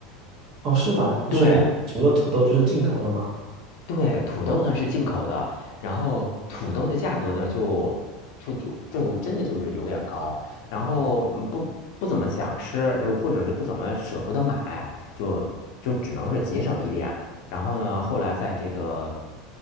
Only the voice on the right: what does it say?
哦，是吧？
所以整个土豆就是进口的吗？